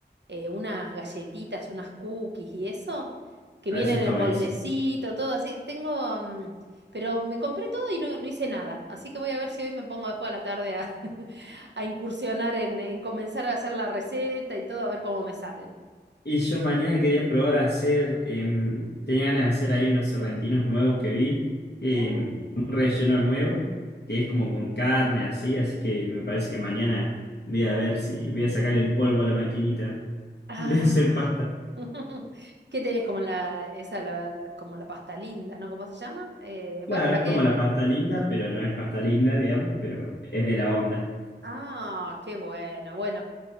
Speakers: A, on the right (about 75°); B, on the left (about 65°).
A: eh, unas galletitas, unas cookies y eso, que
B: Ah,
A: vienen
B: Eso está
A: en
B: buenísimo.
A: moldecito, todo así. Tengo, mm, pero me compré todo y no, no hice nada. Así que voy a ver si hoy me pongo después a la tarde a, <laughs> a incursionar en, en comenzar a hacer la receta y todo, a ver cómo me salen.
B: Y yo mañana quería probar a hacer, em, tenía ganas de hacer ahí unos serrentinos nuevos que vi, em,
A: Oh,
B: con un relleno
A: qué rico.
B: nuevo, que es como con carne así, así que me parece que mañana voy a ver si voy a sacar el polvo a la maquinita
A: Ah,
B: de hacer pasta.
A: <laughs> ¿qué tenés como la, esa, la, la- como la pasta linda, ¿no? ¿Cómo se llama? Eh,
B: Claro,
A: bueno, la
B: es
A: que...
B: como la pasta linda, pero no es pasta linda, digamos, pero es de la onda.
A: Ah, qué bueno, bueno,